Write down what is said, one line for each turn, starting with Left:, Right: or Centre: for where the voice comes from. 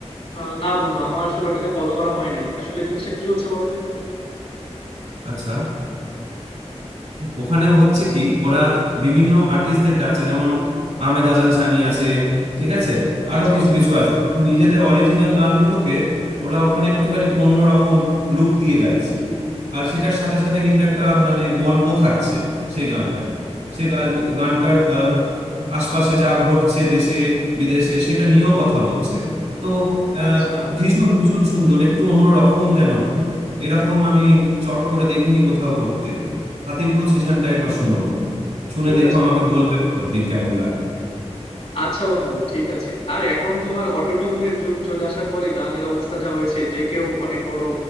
Left: আহ, না বন্ধু আমার আসলে ওটাকে ফলো করা হয় নাই আসলে জিনিসটা কি হচ্ছে বলো তো একটু
Right: আচ্ছা ওখানে হচ্ছে কি ওরা বিভিন্ন আর্টিস্টদের ডাকছে যেমন আহমেদ হাসান সানি আছে ঠিক আছে আরো
Left: আচ্ছা
Right: কিছু
Left: আচ্ছা
Right: কিছু আছে ওরা নিজেদের অরিজিনাল গানগুলোকে ওরা ওখানে একটুখানি অন্যরকম রূপ দিয়ে গাইছে আর সেটার সাথে সাথে কিন্তু একটা মানে গল্প থাকছে সেই গানটার সেই গাল- গানটার আহ, আশপাশে যা ঘটছে দেশে বিদেশে সেটা নিয়েও কথা বলছে তো আহ,
Left: আচ্ছা
Right: ভীষণ ভীষণ সুন্দর একটু অন্য রকম যেন এরকম আমি চট করে দেখিনি কোথাও করতে হাতির পুল সেশনটা একবার শুনো বোন। শুনে
Left: ঠিক
Right: দেখো
Left: আছে
Right: আমাকে
Left: বন্ধু
Right: বলবে পরের দিন কেমন লাগে
Left: আচ্ছা বন্ধু ঠিক আছে আর এখন তোমার অটো টিউনের যুগ চলে আসার পরে গানের অবস্থা যা হয়েছে যে কেউ অনেক বড়